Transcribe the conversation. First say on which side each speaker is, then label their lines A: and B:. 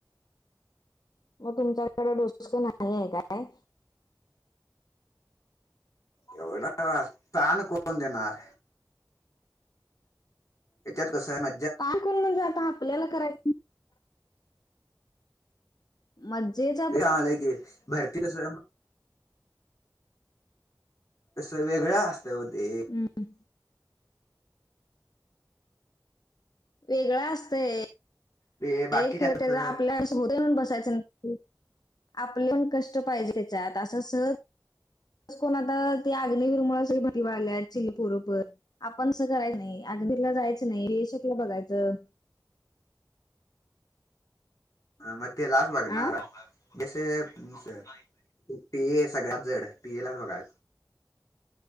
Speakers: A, on the left; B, on the left.
A: मग तुमच्याकडं डोसकं नाही आहे काय?
B: एवढा स्थान कुठून देणार? हेच्यात कसं आहे मा
A: ताण कोरायला म्हणजे आता आपल्याला करायचं. मजेच
B: ते आलंय की भरती कस स्वय तसं वेगळं असतंय ओ ते.
A: हम्म. वेगळं असतय
B: ते बाकीच्या
A: हे खर
B: कसं
A: त्याचा आपल्या <unintelligible> बसायचं हं आपलं पण कष्ट पाहिजे तेच्यात असं सहज कोण आता ते अग्नीवीरमुळ सगळी भरती व्हाय लागल्यात चिल पोर पण. आपण तसं करायच नाही. <unintelligible> जायचं नाही <unintelligible> बघायचं.
B: हा मग तेलाचं बघणार
A: आ
B: हाय. <unintelligible> पीए लाच बघाय